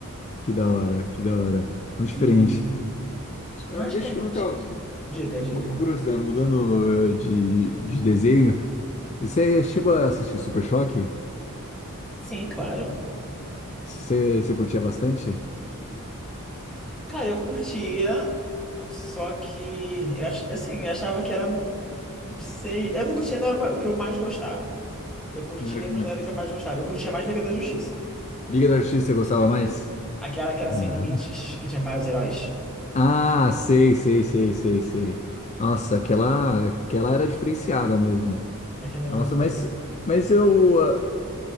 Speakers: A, on the left (about 30°); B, in the centre.
A: Que da hora, que da hora. Muito diferente.
B: E eu
A: Eu-
B: acho
A: Deixa
B: que é
A: eu te
B: que tinha.
A: perguntar
B: de- Diga, diga.
A: uma curiosidade, mudando eh, de, de desenho. Você chegou a assistir Super Choque?
B: Sim, claro.
A: Você, você curtia bastante?
B: Cara, eu curtia, só que, eu, ach- assim, eu achava que era, não sei, eu não curtia, não era o que eu mais gostava. Eu curtia,
A: Não era o que
B: mas
A: eu mais
B: não era
A: gostava.
B: o que eu mais gostava. Eu curtia mais Liga da Justiça.
A: Liga da Justiça, você gostava mais?
B: Aquela que era
A: Não.
B: sem limites, que tinha vários heróis.
A: Ah, sei, sei, sei, sei, sei. Nossa, aquela, aquela era diferenciada mesmo.
B: Aquela era
A: Nossa,
B: muito boa.
A: mas, mas eu, ah,